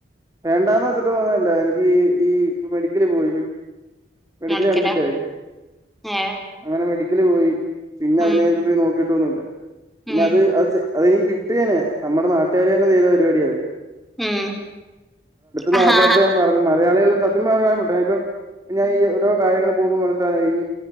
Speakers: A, on the right; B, in the centre.
A: വേണ്ടാന്ന് വെച്ചിട്ട് പോന്നല്ല എനിക്ക് ഈ മെഡിക്കല് പോയി മെഡിക്കല്
B: മുടക്കല
A: അഡ്മിറ്റ് ആയി
B: ഏ
A: അങ്ങനെ മെഡിക്കല് പോയി പിന്നെ
B: ഉം
A: അതിനെ കുറിച്ച് നോക്കി കിട്ടൊന്നില്ല പിന്നെ
B: ഉം
A: അത് അത് അതെനിക്ക് കിട്ടിയേനെ നമ്മുടെ നാട്ടിൽ <unintelligible> ചെയ്ത പരിപാടിയ അടു
B: ഉം
A: ഞ
B: ആഹാ
A: ആരുടെ എട്ത്തോ മലയാളികൾ സത്യംയെ ഇപ്പം ഞാ ഓരോ കാര്യങ്ങൾ പോകുമ്പോൾ ഈ